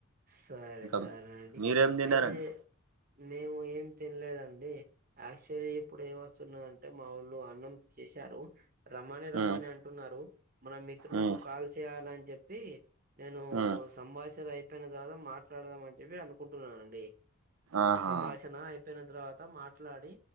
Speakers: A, on the right; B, on the right.
A: సరే
B: ఇంకా
A: సరే అండి
B: మీరేం తన్నారండి
A: అయితే మేము ఏం తినలేదండి యాక్చువల్లీ ఇప్పుడు ఏమి వస్తున్నదంటే మా ఊ ళ్ళు అన్నం చేశారు రమ్మని రమ్మని
B: ఉమ్
A: అంటున్నారు మన మిత్రులకు
B: ఉమ్
A: కాల్ చేయాలని చెప్ పి నేను
B: ఉమ్
A: సంభాషణ అయి చెపోయిన తర్వాత మాట్లాడదాం అని చెప్పి అనుకుంటున్నానండి
B: ఆహా
A: సంభాషణ అయి పోయిన తర్వాత మాట్లాడి